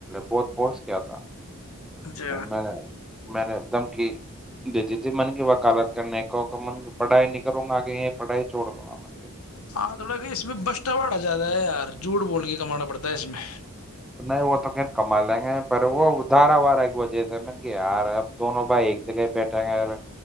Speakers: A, in the centre; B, on the left.
A: بہت پورس کیا آ تھا
B: اچھا
A: میں نے میں نے ایک دم کی دیتی تھی من کی وکالت کرنے کو پڑھائی نہیں کروں گا آگے یہ پڑھائی چوڑ دوں گا کی
B: ہاں تھوڑا کہ اس میں بسٹا باڑا زیادہ ہے یار جھوٹ بول کے کمانا پڑتا ہے اس میں
A: نہیں وہ تو پھر کما لیں گے پر وہ دھارا وارہ کی وجہ سے م کہ یار اب دونوں بھائی ایک جگہ بیٹھیں گے ی